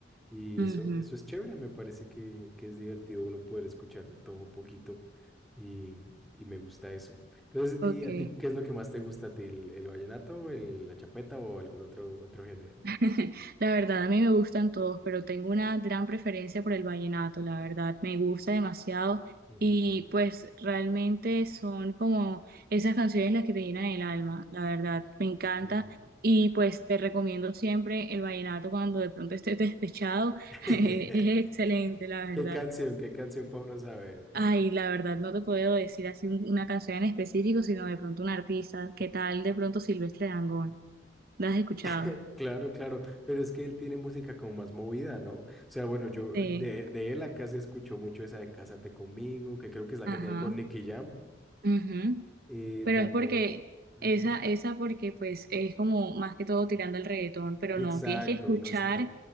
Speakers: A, in the centre; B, on the right.
A: Y
B: ujú.
A: eso, eso es chévere, me parece que, que es divertido uno poder escuchar de todo un poquito y, y me gusta eso. Entonces,
B: Ok.
A: ¿y a ti qué es lo que más te gusta a ti? ¿El, el vallenato, el, la champeta o algún otro, otro género?
B: <laughs> La verdad, a mí me gustan todos, pero tengo una gran preferencia por el vallenato, la verdad, me gusta demasiado
A: Ujú,
B: y pues realmente son como esas canciones las que te llenan el alma, la verdad, me encanta
A: Sí.
B: y pues te recomiendo siempre el vallenato cuando de pronto estés despechado,
A: <laughs>
B: <laughs> es excelente, la verdad.
A: ¿Qué canción? ¿Qué canción Pablo sabe?
B: Ay, la verdad, no te puedo decir así un- una canción en específico, sino de pronto un artista, ¿qué tal de pronto Silvestre Dangond? ¿La has escuchado?
A: <laughs> Claro, claro, pero es que él tiene música como más movida, ¿no? O sea, bueno, yo
B: Sí,
A: de, de él acá se escuchó mucho esa de Cásate conmigo, que creo que es la
B: ajá.
A: que tiene con Nicky Jam.
B: ujú.
A: Y
B: Pero
A: también.
B: es porque
A: Ujú.
B: esa, esa porque pues es como más que todo tirando el reggaetón, pero
A: Exacto,
B: no, tienes que escuchar,
A: no está.